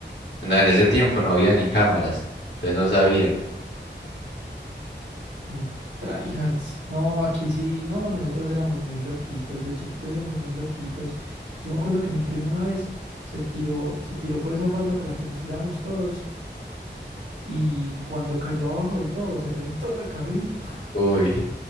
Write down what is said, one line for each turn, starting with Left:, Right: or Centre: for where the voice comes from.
Left: No, en ese tiempo no había ni cámaras. Entonces no sabían.
Right: Muy tryhards. No, aquí sí, no, nosotros éramos muy loquitos, de chiquitos éramos muy loquitos. Yo me acuerdo que mi primo una vez se tiró, se tiró por esa falda por la que nos tiramos todos y cuando cayó abajo del todo se reventó la cabeza. <laughs>
Left: Uy,